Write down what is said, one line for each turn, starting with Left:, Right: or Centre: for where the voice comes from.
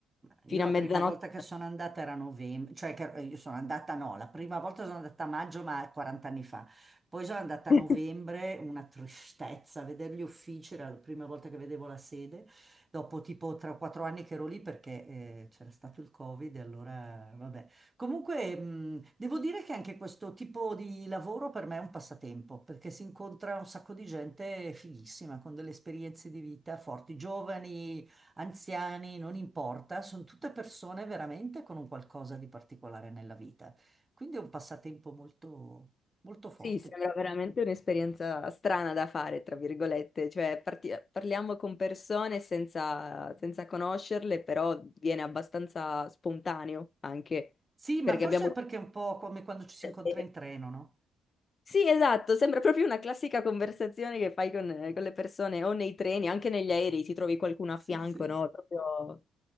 Right: Io
Left: fino
Right: la
Left: a mezzanotte.
Right: prima volta che sono andata era novembre, cioè che eh, io sono andata no, la prima volta sono andata a maggio ma 40 anni fa, poi sono andata
Left: <laughs>
Right: a novembre, una tristezza, a vedere gli uffici, era la prima volta che vedevo la sede, dopo tipo 3-4 anni che ero lì perché eh, c'era stato il Covid e allora vabbè. Comunque mh, devo dire che anche questo tipo di lavoro per me è un passatempo, perché si incontra un sacco di gente fighissima, con delle esperienze di vita forti, giovani anziani, non importa, sono tutte persone veramente con un qualcosa di particolare nella vita. Quindi è un passatempo molto, molto forte.
Left: Sì, sembra veramente un'esperienza strana da fare, tra virgolette, cioè parti- parliamo con persone senza, senza conoscerle, però viene abbastanza spontaneo anche,
Right: Sì, ma
Left: perché
Right: forse
Left: abbiamo...
Right: perché è un po' come quando ci si
Left: <laughs>
Right: incontra in treno, no?
Left: Sì, esatto, sembra proprio una classica conversazione che fai con, con le persone o nei treni, anche negli aerei, ti trovi qualcuno
Right: Sì,
Left: a fianco,
Right: sì.
Left: no? Proprio